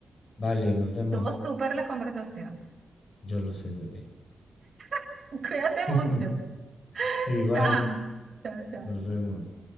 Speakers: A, on the left (about 45°); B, on the right (about 45°).
A: Vale, nos vemos.
B: Estuvo súper la conversación.
A: Yo lo sé, bebé.
B: <laughs> Cuídate
A: <laughs>
B: mucho.
A: Igual,
B: Chao, chao, chao.
A: nos vemos.